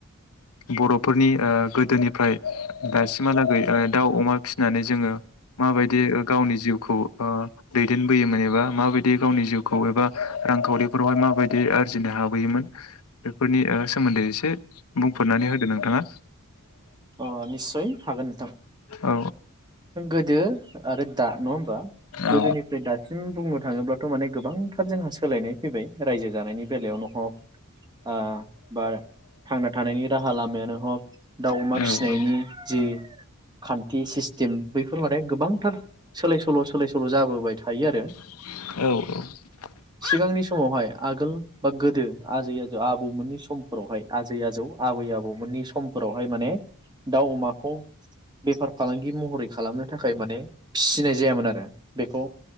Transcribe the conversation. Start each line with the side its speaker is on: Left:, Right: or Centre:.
Left: बर'फोरनि ओ गोदोनिफ्राय दासिमा लागै ओ दाव अमा फिसिनानै जोंङो माबायदि ओ गावनि जिवखौ ओ दैदेनबोयोमोन एबा माबा दि गावनि जिवखौ एबा रांखावरिफोरावहाय माबायदि आरजिनो हाबोयोमोन बेफोरनि ओ सोमोन्दै एसे बुंफोरनानै होदो नोंथांङा
Right: अ निस्सय हागोन नोंथां,
Left: औ
Right: गोदो आरो दा नंङा होमबा गोदोनिफ्राय
Left: औ
Right: दासिम बुंनो थांङोब्लाथ माने गोबांथार जोंहा सोलायनाय फैबाय रायजो जानायनि बेलायावनो हग ओ बार थांना थानायनि राहा लामायानो हग दाव फिसिनायनि
Left: औ औ
Right: जि खान्थि सिस्टिम बैफोर माने गोबांथार सोलाय सोल सोलाय सोल जाबोबाय थायो आरो ।
Left: औ औ
Right: सिगांनि समावहाय आगोल बा गोदो आजै आजौ आबौमोननि समफोरावहाय आजै आजौ आबै आबौमोननि समफोरावहाय माने दाव, अमाखौ बेफार फालांगि महरै खालामनो थाखाय माने फिसिनाय जायामोन आरो बेखौ